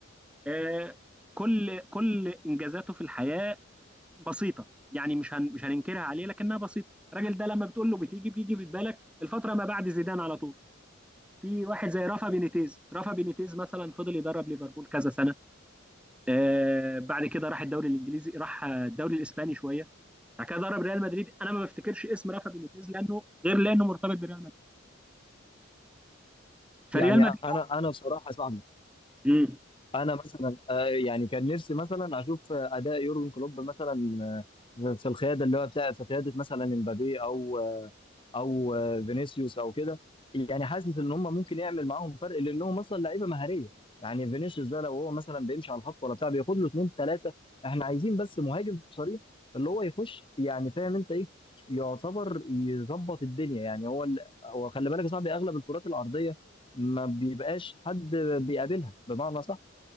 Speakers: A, in the centre; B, on the left.
A: آه كل كل انجازاته في الحياه بسيطه يعني مش هن مش هننكرها عليه لكنها بسيطه الراجل ده لما بتقول له بتيجي بيجي في بالك الفتره ما بعد زيدان على طول في واحد زي رافا بينيتيز رافا بينيتيز مثلا فضل يدرب ليفربول كذا سنه آه بعد كده راح الدوري الانجليزي راح آه، الدوري الاسباني شويه بعد كده ضرب ريال مدريد انا ما بفتكرش اسم رافا بينيتيز لانه غير لانه مرتبط بريال مدريد فريال
B: يعني
A: مدريد
B: انا انا بصراحه يا صاحبي
A: امم
B: انا مثلا آه يعني كان نفسي مثلا اشوف آه، اداء يورجن كلوب مثلا آه، في القياده اللي هو بتاع في قياده مثلا امبابي او او آه، فينيسيوس او كده يعني حاسس ان هم ممكن يعمل معاهم فرق لانهم مثلا لعيبه مهاريه يعني فينيسيوس ده لو هو مثلا بيمشي على الخط ولا بتاع بياخد له اثنين ثلاثه احنا عايزين بس مهاجم صريح اللي هو يخش يعني فاهم انت ايه يعتبر يظبط الدنيا يعني هو ال... هو خلي بالك يا صاحبي اغلب الكرات الارضيه ما بيبقاش حد بيقابلها بمعنى صح